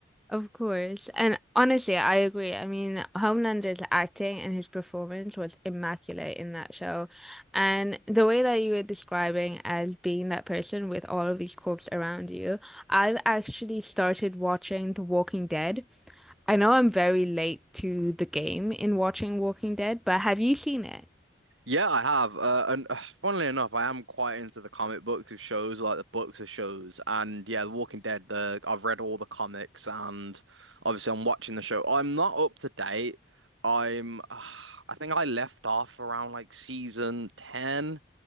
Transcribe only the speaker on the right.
Yeah, I have. Uh, and uh, funnily enough, I am quite into the comic books of shows, like the books of shows. And yeah, The Walking Dead, the I've read all the comics and obviously I'm watching the show. I'm not up to date. I'm <sighs> I think I left off around like season 10,